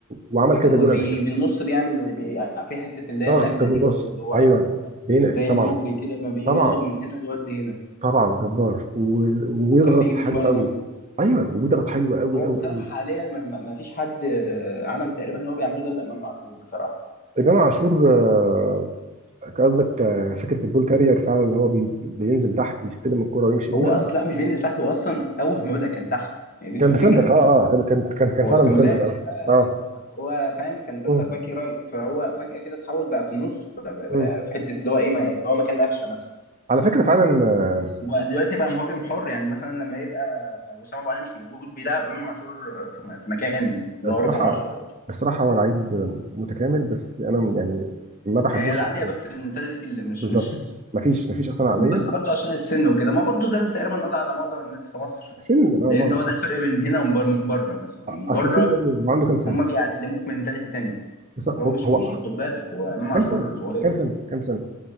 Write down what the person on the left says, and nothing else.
وبالنص
بيعمل بي... في حته اللي هي
النقله
دي برضو اللي هو
زي
الكوبري كده ما بياخد
من هنا لود هنا
وكان بيجيب
اجوان
برضو
هو
بصراحة
حاليا ما ما- ما فيش حد آه، عمل تقريبا اللي هو بيعمله ده إلا إمام عاشور بصراحة
هو
أصلا
لا مش بينزل تحت هو أصلا أول ما بدأ كان تحت يعني
دي الفكرة
هو
كان
مدافع
هو فاهم كان سنتر
باكي رايت فهو فجأة كده اتحول بقى في النص بقى, بقى,
بقى في حتة اللي هو إيه ما- اللي هو مكان قفشة مثلا
وبقى دلوقتي بقى مهاجم حر يعني مثلا لما يبقى وسام أبو علي مش موجود بيلعب إمام عاشور في في مكانه اللي
هو رقم 10 ده
هي لا
عليها بس المنتاليتي اللي مش
مش
بس برضه عشان السن وكده ما برضه ده اللي تقريبا قضى على معظم الناس في مصر
لان
هو
ده الفرق بين هنا وبين بره مثلا يعني
بره
هم بيعلموك منتاليتي تانية
هو مش
كبير خد بالك هو امام عاشور
صغير